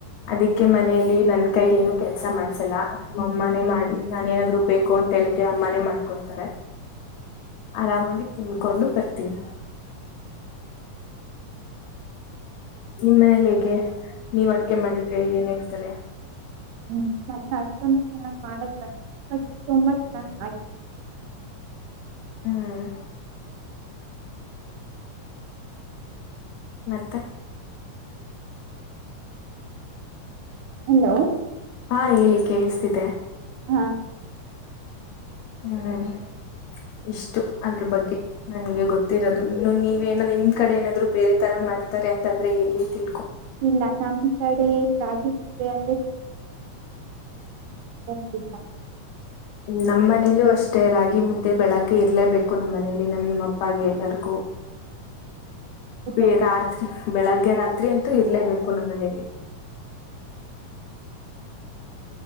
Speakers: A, on the left; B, on the right.
A: ಅದ ಕ ಮನೆಯಲ್ಲಿ ನನ್ ಕೈಲಿ ನು ಕೆಲ್ಸ ಮಾಡ್ಸಲ್ಲ ಅಮ್ಮನೇ ಮಾಡಿ ನಾನ ಏನಾದ್ರು ಬೇಕು ಅಂತ ಹೇಳಿದ್ರೆ ಅಮ್ಮಾನೇ ಮಾಡ್ಕೊಡ್ತಾರೆ ಆರಾಮಾಗಿ ತಿಿಂದಕೊಂಡು ಬರ್ತೀನಿ ನಿಮ್ ಮನೇಲಿ ಹೇಗೆ ನೀವ ಅಡ್ಗೆ ಮಾಡಿದ್ರೆ ಏನ ಇರ್ತಾರೆ
B: ಹ್ಮ ನನ್ನ ಹತ್ತೊಂದು ಚ ಮಾಡ ತೊಂಬತ್ತುಐಐ
A: ಹ್ಮ್ ಮತ್ತೆ
B: ಹಲೋ
A: ಹಾ ಹೇಳಿ ಕೇಳಿಸ್ತಿದೆೆ
B: ಹಾ
A: ಹ್ಮ್ ಇಷ್ಟು ಅದ್ರ ಬಗ್ಗೆ ನಂಗೆ ಗೊತ್ತಿರೋದು ಇನ್ನು ನೀವೇನ ನಿಮ್ ಕಡೆ ಏನಾದ್ರು ಬೇರೆ ತರ ಮಾಡ್ತಾರೆ ಅಂತಂದ್ರೆ ಹೇಳಿತಿ
B: ಇಲ್ಲ ನಮ್ ಕಡೆ ರಾಗಿ ಅ ಸರಿ ಹ
A: ನಮ್ಮ್ನೇಲೂ ಅಷ್ಟೇ ರಾಗಿ ಮುದ್ದೆ ಬೆಳಗ್ಗೆ ಇರ್ಲೇಬೇಕು ನಮ್ಮ ಮನೇಲಿ ನಮ್ಮ ಅಪ್ಪಾಗ ಎಲ್ಲರಿಗು
B: ಪ್ರಸಿದ್ಧರು
A: ಬ ರಾತ್ರಿ ಬೆಳಗ್ಗೆ ರಾತ್ರಿ ಅಂತೂ ಇರ್ಲೇಬೇಕು ಕುನಮನೆಯಲ್ಲಿ